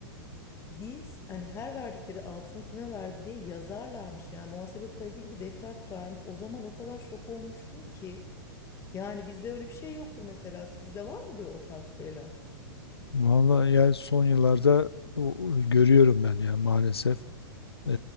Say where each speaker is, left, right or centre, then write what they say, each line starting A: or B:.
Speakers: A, on the left; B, on the left.
A: Biz hani her verdikleri altını kime verdi diye yazarlarmış yani muhasebe kaydı gibi defter tutarmış. O zaman o kadar şok olmuştum ki yani bizde öyle bir şey yoktur mesela sizde var mıdır o tarz şeyler?
B: Vallahi yani son yıllarda o- o görüyorum ben ya maalesef. Ee,